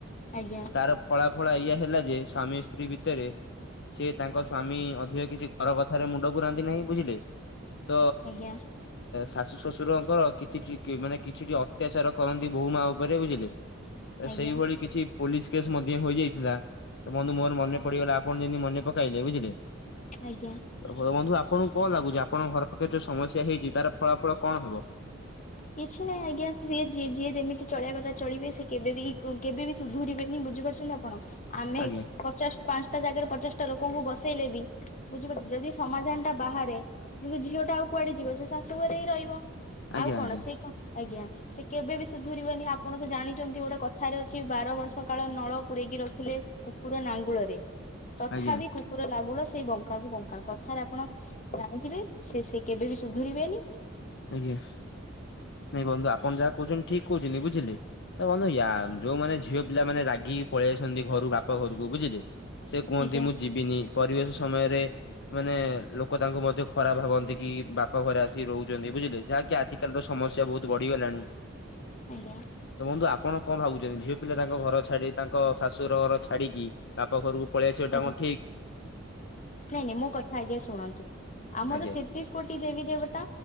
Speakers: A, on the left (about 40°); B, on the left (about 60°).
A: ଆଜ୍ଞା
B: ତାର ଫଳା ଫଳ ଇଏ ହେଲା ଯେ ସ୍ଵାମୀ ସ୍ତ୍ରୀ ଭିତରେ ସେ ତାଙ୍କ ସ୍ଵାମୀ ଅ ଯେ କିଛି ପର କଥାରେ ମୁଣ୍ଡ ପୁରାନ୍ତି ନାହିଁ ବୁଝିଲେ ତ
A: ଆଜ୍ଞା
B: ଶାଶୁ ଶ୍ୱଶୁରଙ୍କର କି କିଛି ମାନେ କିଛିଟି ଅତ୍ୟାଚାର କରନ୍ତି ବୋଉ ମା ଉପରେ ବୁଝିଲେ।
A: ଆଜ୍ଞା
B: ସେଇଭଳି କିଛି ପୋଲିସ କେସ୍ ମଧ୍ୟ ହୋଇଯାଇଥିଲା ତ ବନ୍ଧୁ ମୋର ମନେ ପଡିଗଲା ଆପଣ ଯେମି ମନେ କହିଲେ ବୁଝିଲେ।
A: ଆଜ୍ଞା
B: ତ ବନ୍ଧୁ ଆପଣଙ୍କୁ କଣ ଲାଗୁଛି ଆପଣଙ୍କ ଘର ପାଖରେ ଯୋଉ ସମସ୍ୟା ହେଇଛି ତାର ଫଳାଫଳ କଣ ହେବ?
A: କିଛି ନାହିଁ ଆଜ୍ଞା ଯିଏ ଯେମିତି ଚଳେଇବା କଥା ଚଳିବେ ସେ କେବେ ବି କେବେ ବିି ସୁଧୁରିବେନି ବୁଝିପାରୁଛନ୍ତି ଆପଣ ଆମେ
B: ଆଜ୍ଞା
A: ପଚାଶ ପାଞ୍ଚଟା ଜାଗାରେ ପଚାଶଟା ଲୋକଙ୍କୁ ବସେଇଲେ ବି ବୁଝିପାରୁଛ ଯଦି ସମାଧାନ ଟା ବାହାରେ ଯଦି ଝିଅ ଟା ଆଉ କୁଆଡେ ଯିବ ସେ ଶାଶୁ ଘରେ ହିଁ ରହିବ।
B: ଆଜ୍ଞା
A: ଆଉ କଣ
B: ଆଜ୍ଞା
A: ସେ କଣ? ଆଜ୍ଞା ସେ କେବେ ବି ସୁଧୁରିବନି ଆପଣ ତ ଜାଣିଛନ୍ତି ଗୋଟେ କଥାରେ ଅଛି ବାର ବର୍ଷ କାଳ ନାଳ ପୁରେକି ରଖିଲେ କୁକୁର ନାଙ୍ଗୁଳରେ ତଥାପି
B: ଆଜ୍ଞା
A: କୁ କୁକୁର ଲାଗୁଳ ସେଇ ବଙ୍କା କୁ ବଙ୍କା କଥାରେ ଆପଣ ଜାଣିଥିବେ ସେ ସେ କେବେ ବି ସୁଧରିବେନି।
B: ଆଜ୍ଞା ନାଇଁ ବନ୍ଧୁ ଆପଣ ଯାହା କହୁଛନ୍ତି ଠିକ କହୁଛନ୍ତି ବୁଝିଲେ। ତ ବନ୍ଧୁ ୟା ଯୋଉ ମାନେ ଝିଅ ପିଲା ମାନେ ରାଗିକି ପଳେଇ ଆସଛନ୍ତି ଘରୁ ବାପା ଘରକୁ ବୁଝିଲେ। ସେ କୁହନ୍ତି
A: ଆଜ୍ଞା
B: ମୁଁ ଯିବିନି ପରିବେଶ ସମୟରେ ମାନେ ଲୋକ ତାଙ୍କୁ ମଧ୍ୟ ଖରାପ ଭାବନ୍ତି କି ବାପା ଘରେ ଆସି ରହୁଛନ୍ତି ବୁଝିଲେ। ଯାହାକି ଆଜିକାଲିର ସମସ୍ୟା ବହୁତ ବଢିଗଲାଣି।
A: ଆଜ୍ଞା
B: ତ ବନ୍ଧୁ ଆପଣ କଣ ଭାବୁଛନ୍ତି ଝିଅ ପିଲା ତାଙ୍କ ଘର ଛାଡି ତାଙ୍କ ଶାଶୁରର ଘର ଛାଡିକି ବାପ ଘରକୁ ପଳେଇ ଆସିବାଟା
A: ଆଜ୍ଞା।
B: କଣ ଠିକ୍?
A: ନାଇଁ ନାଇଁ ମୋ କଥା ଆଜ୍ଞା ଶୁଣନ୍ତୁ ଆମର
B: ଆଜ୍ଞା
A: ତେତିଶ କୋଟି ଦେବୀ ଦେବତା।